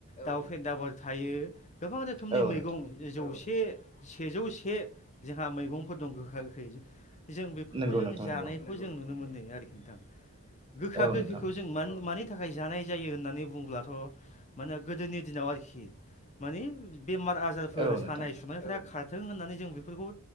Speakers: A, on the left; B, on the right.
A: दाउ फेदाफोर थायो गोबां रोखोमनि
B: औ
A: मैगं
B: नोंथां
A: जौसे सेजौ से जोंहा मैगंफोर दं गोखा गोखै। जों बेफोरखौ
B: नंगौ
A: जों
B: नोंथां
A: जानायखौ
B: नंगौ
A: जों नुनो मोन्दों आरोखि नोंथां। गोखा
B: औ
A: गोखैखौ
B: नोंथां
A: जों म मानि नि थाखाय जानाय जायो होननानै बुंब्लाथ' माने गोदोनि दिनाव आरोखि माने बेमार आजारफोर
B: औ
A: सानाय
B: नोंथां
A: सुनायफ्रा थों होननानै जों बेफोरखौ